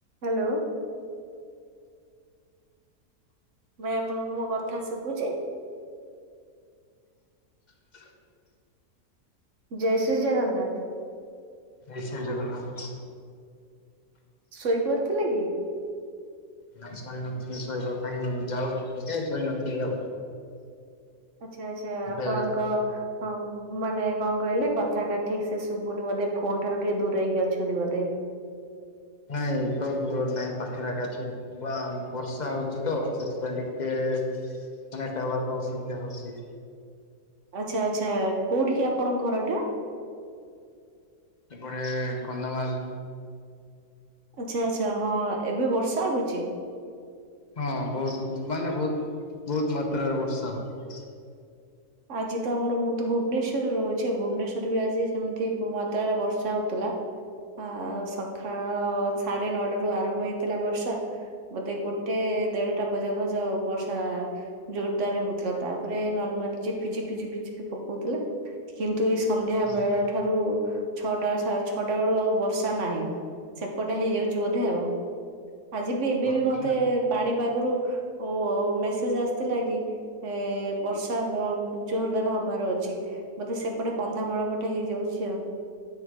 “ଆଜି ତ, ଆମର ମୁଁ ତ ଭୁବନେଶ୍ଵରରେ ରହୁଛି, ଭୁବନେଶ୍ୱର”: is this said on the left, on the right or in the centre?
Right